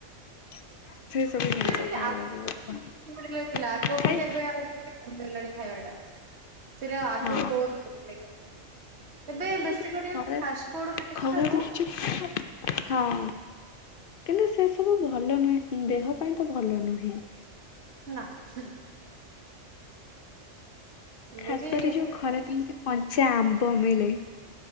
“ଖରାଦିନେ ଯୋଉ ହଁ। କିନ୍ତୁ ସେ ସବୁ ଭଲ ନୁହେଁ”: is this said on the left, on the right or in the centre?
Left